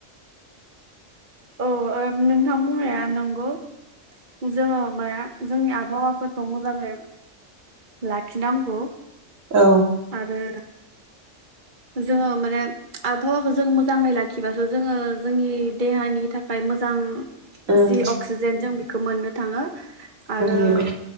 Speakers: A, on the right (about 40°); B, on the right (about 80°).
A: औ ओम नोंथां बुंनाया नंगौ। जोङो माया जोंनि आबहावा फोरखौ मोजाङै लाखिनांगौ।
B: औ
A: आरो जोङो माने आबहावाखौ जों मोजाङै लाखिबासो जोङो जोंनि देहानि थाखाय मोजां
B: ओं
A: जि अक्सिजेनजों बि खौ मोननो थाङो आरो
B: नंगौ